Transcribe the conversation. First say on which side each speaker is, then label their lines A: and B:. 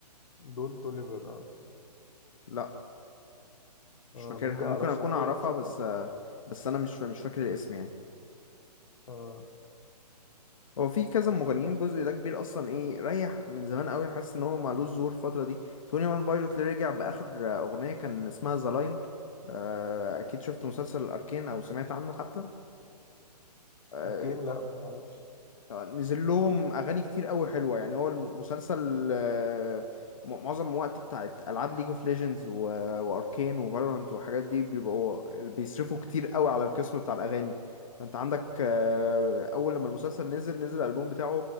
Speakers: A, on the left; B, on the left.
A: دون توليفر اه
B: لا مش
A: آه
B: فاكرها
A: ممكن
B: ممكن
A: ارشحهولك
B: اكون اعرفها
A: الصراحة.
B: بس آه، بس انا مش فا- مش فاكر الاسم يعني
A: آه
B: هو في كذا مغنيين الجزء ده كبير اصلا ايه ريح من زمان قوي حاسس ان هو معلوش ظهور الفتره دي 21 بايلوت اللي رجع باخر آه، اغنيه كان اسمها ذا لاين اكيد شفت مسلسل الاركين او سمعت عنه حتى آه،
A: اركين لا ما اعرفش
B: نزل لهم اغاني كتير قوي حلوه يعني هو المسلسل آه، م- معظم الوقت بتاعت العاب ليج اوف ليجندز واركين وفالورانت والحاجات دي بيبقوا بيصرفوا كتير قوي على القسم بتاع الاغاني فانت عندك آه، اول لما المسلسل نزل نزل الالبوم بتاعه